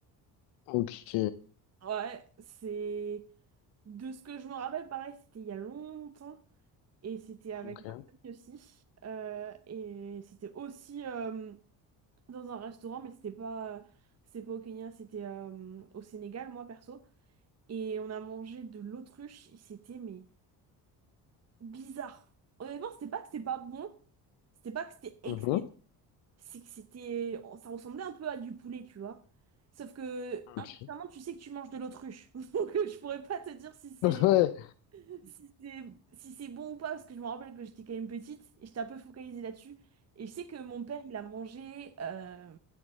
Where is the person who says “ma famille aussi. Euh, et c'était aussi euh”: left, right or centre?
Right